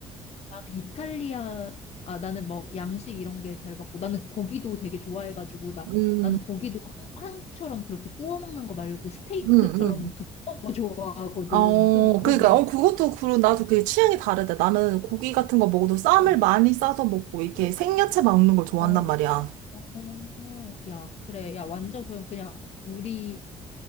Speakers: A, on the left; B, on the right.
A: 나는 이탈리아, 아, 나는 뭐, 양식 이런 게 잘 맞고, 나는 고기도 되게 좋아해가지고, 나,
B: 음,
A: 나는 고기도 한- 한국처럼 그렇게 구워 먹는 거 말고, 스테이크처럼
B: 음, 음.
A: 두툼한 거 좋아하거든.
B: 어,
A: 또, 그것도
B: 그러니까
A: 진짜,
B: 어 그것도 그런 나도 그게 취향이 다르대. 나는 고기 같은 거 먹어도 쌈을
A: 어,
B: 많이 싸서 먹고 이렇게 생야채 먹는 걸 좋아한단
A: 어,
B: 말이야.
A: 어, 야, 그래. 야, 완전 그럼 그냥 우리